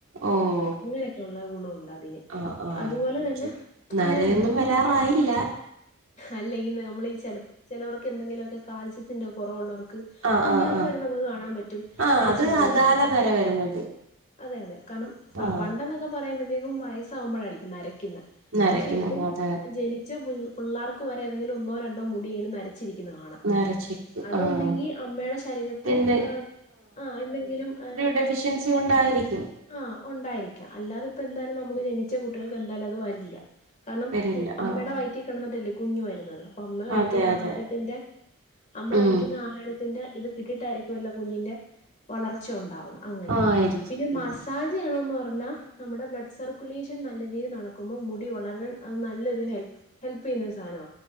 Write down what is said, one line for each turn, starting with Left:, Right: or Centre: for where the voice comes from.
Right: ഓഹ്
Left: അങ്ങനെ റ്റുള്ള ഗുണുണ്ട് അതിന്
Right: ആഹ് ആഹ
Left: അതുപോലെ
Right: എനിക്ക്ന്നരയൊന്നും
Left: തന്നെ അങ്ങനെ തേക്കും
Right: വരാറായില്ല
Left: അല്ല ഈ നമ്മളീഈ ചില ചിലവർക്ക് എന്തെങ്കിലുമൊക്കെ കാൽസ്യത്തിന്റെ കുറവുള്ളവർക്ക് ക്ക്‌
Right: ആഹ്
Left: കുഞ്ഞുങ്ങൾക്ക്
Right: ആഹ് ആഹ്
Left: വരെ നമുക്ക് കാണാൻ പറ്റും
Right: ആഹ്
Left: നരച്ചിരിക്കുന്നത്
Right: അത് അകാല
Left: കാണാൻ പറ്റും
Right: നര വരുന്നത്
Left: അതെ അതെ കാരണം
Right: ആഹ്
Left: ആ പണ്ടെന്നൊക് ക്ക പറയുമ്പോഴത്തേക്കും വയസാാവുമ്പോഴായിരിക്കും നരക്കിന്ന്
Right: നരയ്ക്കുന്നത്
Left: പക്ഷെ ഇപ്പം
Right: അതെ
Left: ജനിച്ച പിള്ളാർക്ക് വരെ ഏതെങ്കിലും ഒന്നോ രണ്ടോ മുടിയേലും നര ചിരിക്കുന്നത് കാണാം
Right: നരച്ചിരിക്കും
Left: അതൊന്നിങ്കി
Right: ആഹ്
Left: അമ്മയുടെ ശരീരത്ത്
Right: എന്ത്
Left: ഏ ആഹ് എന്തെങ്കിലും ഏ
Right: ഡെഫിഷ്യൻസി ഉണ്ടായിരിക്കും
Left: ആഹ് ഉണ്ടായിരിക്കാം അല്ലാതെ ഇപ്പ എന്തായാലും നമുക്ക് ജനിച്ച കുട്ടികൾക്ക് എന്തായാലും അത് വരില്ല കാരണം
Right: വരില്ല
Left: കു അമ്മയുടെ
Right: ആഹ്
Left: വൈറ്റിൽ കിടന്നിട്ടല്ലേ കുഞ്ഞു വരുന്നത് അപ്പ അമ്മ
Right: ആഹ്
Left: കഴിക്കുന്ന
Right: അതെ അതെ
Left: ആഹാരത്തിന്റെ അമ്മ
Right: ഉം
Left: കഴിക്കുന്ന ആഹാര ത്തിന്റെ ഇത് കിട്ടിയിട്ടായിരികൊല്ലോ കുഞ്ഞിന്റെ വളർച്ച ഉണ്ടാവുന്ന് അങ്ങനെ
Right: ആയിരിക്കും
Left: പിന്നെ മാ താജയാണോെന്ന് പറഞ്ഞാൽ നമ്മുടെ ബ്ലഡ് സർക്കുലേഷൻ നല്ല രീതിയിൽ നടക്കുമ്പോൾ മുടി വളരാൻ അത് നല്ലൊരു ഹെൽപ്പ് ഹെൽപ്പീയുന്ന ഒരു സാധനാ